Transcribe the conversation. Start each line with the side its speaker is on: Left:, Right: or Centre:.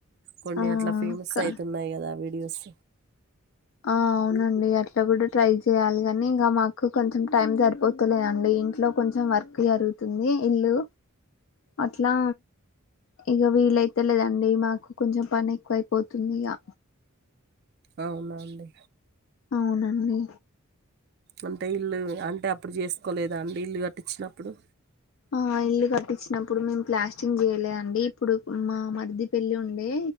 Right: కొన్ని
Left: ఆ ఆ
Right: అట్లా ఫేమస్ అయితున్నాయి కదా వీడియోస్
Left: ఆ అవునండి అట్లా కూడా ట్రై చేయాలి కాని ఇంకా మాకు కొంచెం టైం సరిపోతులేదండి ఇంట్లో కొంచెం వర్క్ జరుగుతుంది ఇల్లు అట్లా ఇక వీలైతే లేదండి మాకు కొంచెం పని ఎక్కువయిపోతుంది ఇక
Right: అవునండి
Left: అవునండి
Right: అంటే ఇల్లు అంటే అప్పుడు చేసుకోలేదా అండి ఇల్లు కట్టించినప్పుడు
Left: ఆ ఇల్లు కట్టించినప్పుడు మేము ప్లాస్టింగ్ చేయలేదండి ఇప్పుడు మా మరిది పెళ్లి ఉండే